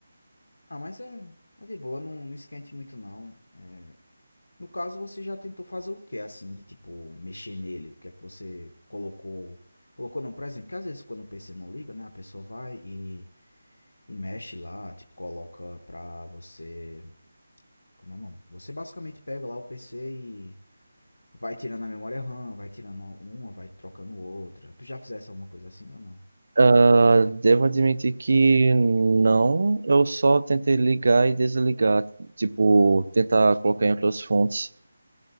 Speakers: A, on the left; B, on the right.
A: Ah, mas é, é de boa, não, não esquente muito não. É. No caso, você já tentou fazer o que, assim, de tipo, mexer nele? O que é que você colocou? Colocou não, por exemplo, que às vezes quando o PC não liga, né, a pessoa vai e, e mexe lá, tipo, coloca pra você... Como é o nome? Você basicamente pega lá o PC e Vai tirando a memória RAM, vai tirando uma, vai trocando outra. Tu já fizesse alguma coisa assim ou não?
B: Ah, devo admitir que não, eu só tentei ligar e desligar, tipo, tentar colocar em outras fontes.